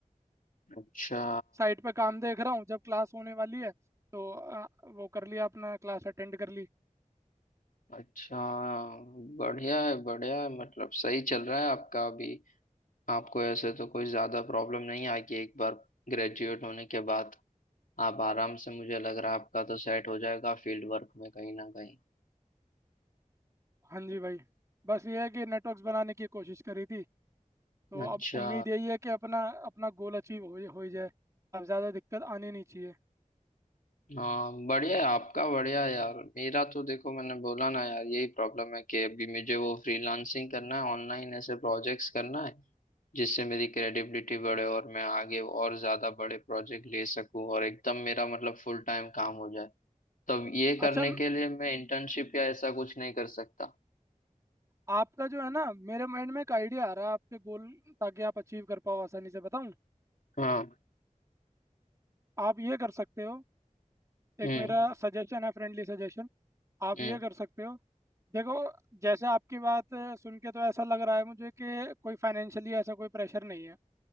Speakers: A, on the left; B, on the right.
A: अच्छा
B: साइट पे काम देख रहा हूँ जब क्लास होने वाली है तो अ, वो कर लिया अपना क्लास अटेंड कर ली
A: अच्छा बढ़िया है बढ़िया है मतलब सही चल रहा है आपका अभी आपको ऐसे तो कोई ज्यादा प्रॉब्लम नहीं आएगी एक बार ग्रेजुएट होने के बाद आप आराम से मुझे लग रहा है आपका तो सेट हो जाएगा फील्ड वर्क में कहीं ना कहीं
B: हाँ जी भाई बस ये है कि नेटवर्क्स बनाने की कोशिश करी थी तो
A: अच्छा
B: अब उम्मीद यही है कि अपना अपना गोल अचीव हो हो ही जाए अब ज़्यादा दिक्कत आनी नहीं चाहिए
A: हम्म, हाँ बढ़िया है आपका बढ़िया है यार मेरा तो देखो मैंने बोला ना यार यही प्रॉब्लम है कि अभी मुझे वो फ्रीलांसिंग करना है ऑनलाइन ऐसे प्रोजेक्ट्स करना है जिससे मेरी क्रेडिबिलिटी बढ़े और मैं आगे और ज्यादा बड़े प्रोजेक्ट ले सकूं और एकदम मेरा मतलब फुल टाइम काम हो जाए तब ये करने
B: अच्छा
A: के लिए मैं इंटर्नशिप या ऐसा कुछ नहीं कर सकता
B: आपका जो है ना मेरे माइंड में एक आइडिया आ रहा है आपके गोल ताकि आप अचीव कर पाओ आसानी से बताऊं
A: हाँ
B: आप ये कर सकते हो
A: हम्म
B: एक मेरा सजेशन है फ्रेंडली सजेशन आप
A: हम्म
B: ये कर सकते हो देखो जैसे आपकी बात अ, सुन के तो ऐसा लग रहा है मुझे कि कोई फाइनेंशियली ऐसा कोई प्रेशर नहीं है